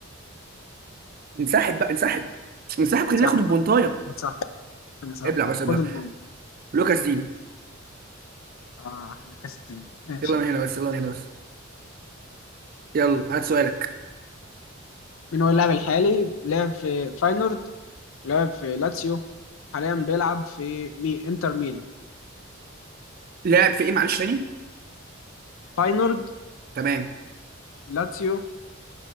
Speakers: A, on the right; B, on the left.
A: انسحب بقى انسحب انسحب
B: انصح
A: خلينا ناخد البونطايه
B: انصح انصح
A: ابلع بس ابلع
B: خد البونت
A: لوكاس دين
B: اه احلى كاس الدين ماشي
A: يلا من هنا بس يلا من هنا بس يلا هات سؤالك
B: مين هو اللاعب الحالي لعب في فاينورد لعب في لاتسيو حاليا بيلعب في مي انتر ميلان
A: لاعب في ايه معلش تاني
B: فاينورد
A: تمام
B: لاتسيو